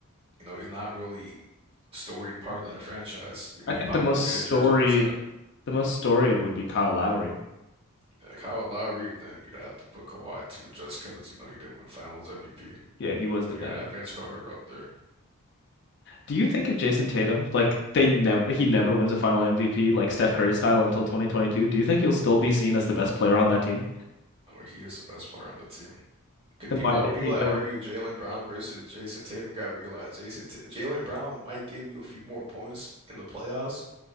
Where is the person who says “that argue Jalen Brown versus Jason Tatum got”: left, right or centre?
Right